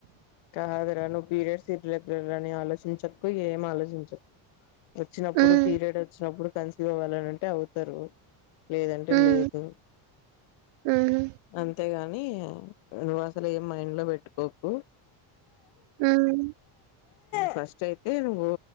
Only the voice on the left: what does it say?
కాదురా నువ్వు పీరియడ్స్ ఇర్రెగ్లర్ అని ఆలోచించకు ఏం ఆలోచించక్ వచ్చినప్పుడు
పీరియడ్ వచ్చినప్పుడు కన్సివ్ అవ్వాలనంటే అవుతారు లేదంటే
లేదు
అంతేగాని నువ్వు అసలు ఏం మైండ్ లో పెట్టుకోకు
ఫస్ట్ అయితే నువ్వు